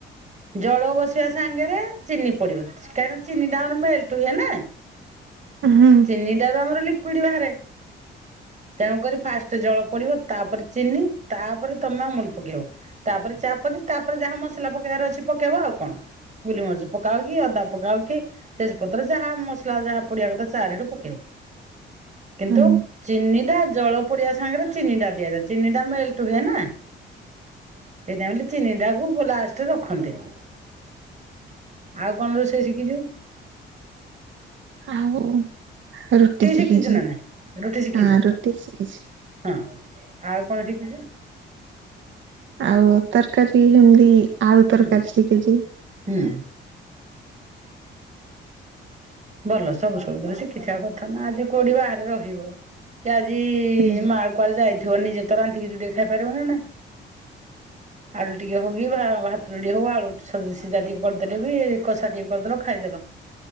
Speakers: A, on the right (about 35°); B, on the right (about 70°).
A: ଜଳ ବସିବା ସାଙ୍ଗରେ ଚିନି ପଡିବ କାହିଁକିନା ଚିନିଟା ଆମର ମେଲଟ ହୁଏ ନା।
B: ହୁଁ।
A: ଚିନିଟାରୁ ଆମର ଲିକୁଇଡ୍ ବାହାରେ। ତେଣୁକରି ଫାଷ୍ଟ ଜଳ ପଡିବ ତାପରେ ଚିନି ତାପରେ ତମେ ଅମୁଲ ପକେଇବ। ତାପରେ ଚା ପତି ତାପରେ ଯାହା ମସଲା ପକେଇବାର ଅଛି ପକେଇବା ଆଉ କଣ। ଗୁଲିମରିଚ ପକାଅକି ଅଦା ପକାଅକି ତେଜପତ୍ର ଯାହା ମସଲା ଯାହା ପଡିିବା କଥା। ତା ରେ ହେଟୁ ପକଇବ କିନ୍ତୁ।
B: ହୁଁ
A: ଚିନି ଟା ଜଳ ପଡିବା ସାଙ୍ଗରେ ଚିନିଟା ଦିଆଯାଏ ଚିନି ଟା ମେଲ୍ଟ୍ ହୁଏନା। ସେଇଥି ପାଇଁ ବୋଲି ଚିନି ଟାକୁ ଲାଷ୍ଟରେ ରଖନ୍ତିନି। ଆଉ କଣ ରୋଷେଇ ଶିଖିଚୁ?
B: ଆଉ ରୁଟି
A: ଶିଖିଛୁ
B: ଶିକିଛି
A: ନା ନାଇଁ? ରୁଟି ଶିଖିଛୁ?
B: ଆଁ ରୁଟି ଶିଖିଛି।
A: ହଁ, ଆଉ କଣ ଶିକିଚୁ?
B: ଆଉ ତରକାରୀ ଏମିତି ଆଳୁ ତରକାରୀ
A: ହୁଁ
B: ଶିକିଚି।
A: ହୁଁ। ଭଲ ସବୁ ସବୁ ଦିରେ ଶିଖିିଥିବା କଥା ନା ଆଜି କୋଉଡିି ବାହାରେ ରହିବ। କି ଆଜି
B: ହୁଁ
A: ମା କୁଆଡେ ଯାଇଥିବ ନିଜେ ତ ରାନ୍ଧିକିରି ଟିକେ ଖାଇ ପାରିବ ନା ନାଇଁ। ଆଳୁ ଟିକେ ହଉ କି ଭା ଭା ତ ଯୋଡ଼ିଏ ହଉ ଆଳୁ ସ ସିଝା ଟିକେ କରିଦେଲେ ବି କଷା ଟିକେ କରିଦେଲ ଖାଇଦେଲ।